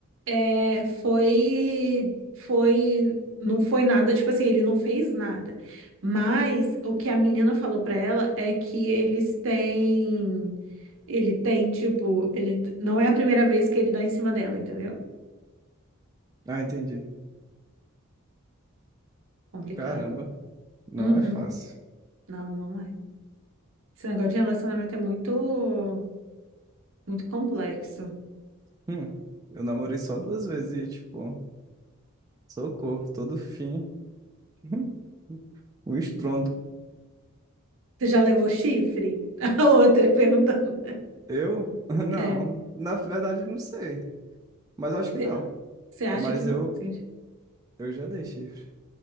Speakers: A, on the right; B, on the right.
A: é, foi, foi, não foi nada, tipo assim, ele não fez nada. Mas o que a menina falou pra ela é que eles têm, ele tem, tipo, ele não é a primeira vez que ele dá em cima dela, entendeu?
B: Ah, entendi.
A: Complicado.
B: Caramba, não
A: Uhum.
B: é fácil.
A: Não, não é. Esse negócio de relacionamento é muito, muito complexo.
B: Hum, eu namorei só duas vezes e, tipo. Socorro, todo fim. <laughs> O estrondo.
A: Você já levou chifre? <laughs> A outra perguntando.
B: Eu? <laughs> Não.
A: É.
B: Na verdade, não sei. Mas eu acho que
A: Você
B: não.
A: você acha
B: Mas
A: que não?
B: eu,
A: Entendi.
B: eu já dei chifre.